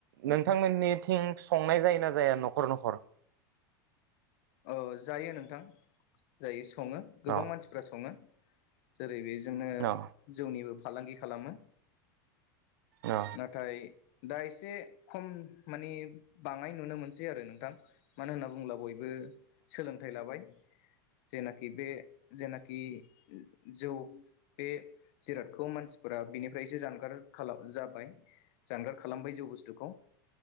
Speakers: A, on the right (about 80°); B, on the left (about 40°).
A: नोंथांमोननि थिंक्स संनाय जायो ना जाया न'खर न'खर
B: औ जायो नोंथां जायो संङो गोबां
A: अ
B: मानसिफ्रा संङो जारै बे जोंनो
A: अ
B: जोंनिबो फालांगि खालामो
A: अ
B: नाथाय दा एसे खम माने बांङाय नुनो मोनसै आरो नोंथां मानो होनना बुङोब्ला बयबो सोलोंथाइ लाबाय जेनाखि बे जेनाखि जौ बे जिरादखौ मानसिफोरा बेनिफ्रायसो जानगार जाबाय जानगार खालामबाय जौ बुस्थुखौ